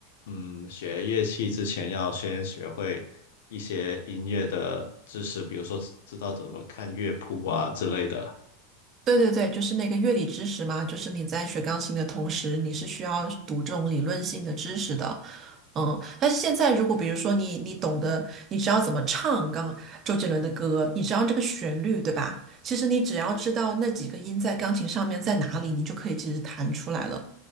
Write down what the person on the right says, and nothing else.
对对对，就是那个乐理知识嘛，就是你在学钢琴的同时，你是需要读这种理论性的知识的，嗯，但是现在如果比如说你你懂得，你知道怎么唱刚周杰伦的歌，你知道这个旋律，对吧？其实你只要知道那几个音在钢琴上面在哪里，你就可以其实弹出来了，